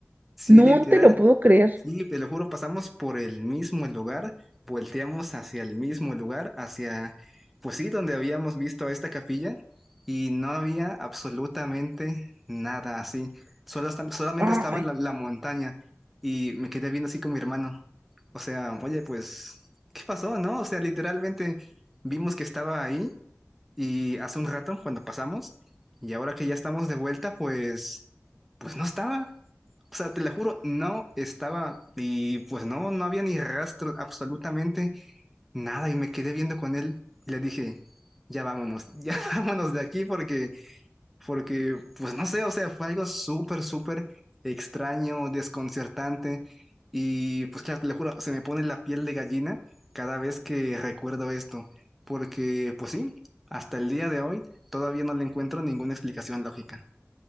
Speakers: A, in the centre; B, on the right.
A: Sí,
B: No
A: literal,
B: te lo puedo creer.
A: Sí, te lo juro, pasamos por el mismo lugar, volteamos hacia el mismo lugar, hacia, pues sí, donde habíamos visto a esta capilla, y no había absolutamente nada así. Solo esta- solamente
B: Ay,
A: estaba la, la montaña, y me quedé viendo así con mi hermano. O sea, oye, pues, ¿qué pasó, no? O sea, literalmente vimos que estaba ahí, y hace un rato, cuando pasamos, y ahora que ya estamos de vuelta, pues, pues no estaba. O sea, te lo juro, no estaba. Y pues no, no había ni rastro, absolutamente nada. Y me quedé viendo con él y le dije, ya vámonos, <laughs> ya vámonos de aquí porque porque, pues no sé, o sea, fue algo súper, súper extraño, desconcertante, y pues claro, te lo juro, se me pone la piel de gallina cada vez que recuerdo esto, porque, pues sí, hasta el día de hoy todavía no le encuentro ninguna explicación lógica.